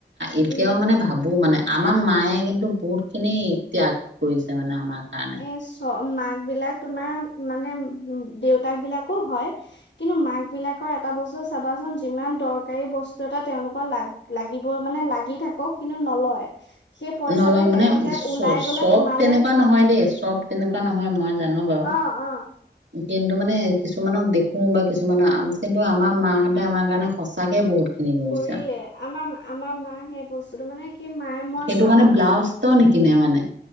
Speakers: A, on the right; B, on the left.
A: এতিয়াও
B: উম,
A: মানে ভাবো বো মানে, আমাৰ মায়ে কিন্তু বহুতখিনি ত্যাগ কৰিছে, মানে আমাৰ কাৰণে।
B: এ চ মাক বিলাক তোমাৰ মানে, দেউতাক বিলাকো হয়। কিন্তু মাক বিলাকৰ এটা বস্তু চাবাচোন, যিমান দৰকাৰী বস্তু এটা তেওঁওলোকৰ লাগ লাগিব মানে লাগি থাকক, কিন্তু নলয়। সেই পইচাটোৱে
A: নলয়
B: কেনেকে
A: মানে
B: ওলাই
A: চ
B: গ'লে
A: চখ,
B: তোমালে
A: তেনেকুৱা নহয় দেই। চব তেনেকুৱা নহয় মই জানো বাৰু।
B: অ', অ',
A: কিন্তু মানে, কিছুমানক দেখো বা কিছুমানৰ কিন্তু, আমাৰ মাহঁতে আমাৰ কাৰণে সঁচাকে বহুত খিনি কৰিছে
B: কৰিলে, আমাৰ, আমাৰ মা সেই বস্তুটো মানে কি মায়ে মই
A: সেইটো
B: চাওঁ
A: কাৰণে, ব্লাউজ এটাও নিকনে মানে।